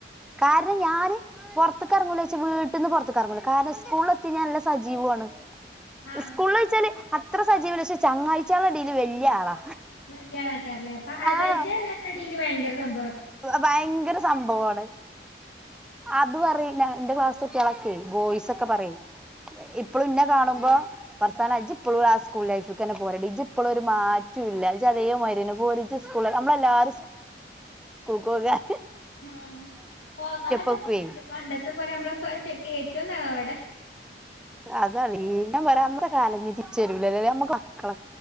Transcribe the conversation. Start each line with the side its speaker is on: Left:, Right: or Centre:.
Centre: കാരണം ഞാൻ പുറത്തക്ക് ഇറങ്ങൂല വീട്ടീന്ന് പുറത്ത ഇറങ്ങൂ കാരണം സ്കൂള എത്തി ഞാൻ നല്ല സജീവവും <unintelligible>
Left: ആഹ്
Centre: സ്കൂളിൽ വഴച്ചാല് അത്ര സജീവില്ല പക്ഷെ ചങ്ങാഴ്ചകള ഇടൽ വല്യ ആളാ
Left: വലിയ ആൾക്കാല്ലേ അപ്പ
Centre: ആഹ്
Left: പരിചയംടയില് ഭയങ്കര സംഭവം
Centre: ഭയങ്കര സംഭവമാണ് അത് പറ ന്റെ ക്ലാസ് <unintelligible> <unintelligible> ബോയ്സ് ഒക്കെ പറയും ഇപ്പോളും ന്നെ കാണുമ്പോ ഫർസാന ജ് ഇപ്പോളും ആ സ്കൂൾ ലൈഫിൽ തന്നെ പോരണ്ട് ഇജി ഇപ്പോഴും ഒരു മാറ്റ <unintelligible> അതേ മായിരിന്നേ പോര് സ്കൂള് നമ്മളെല്ലാവാരും സ്കൂൾ പ <unintelligible>
Left: മ് പോകാനൊക്കെപൂതി
Centre: വെക്കുവേ
Left: ണ്ട് പണ്ടത്തെ പോലെ നമ്മള് <unintelligible> എന്ന വ്ടെ
Centre: അതാണ് ന വരാ അന്നത്തെ കാലം ഞ്ഞി തിരിച്ച് വരില്ലലെ നമ്മക്ക് മക്കളെ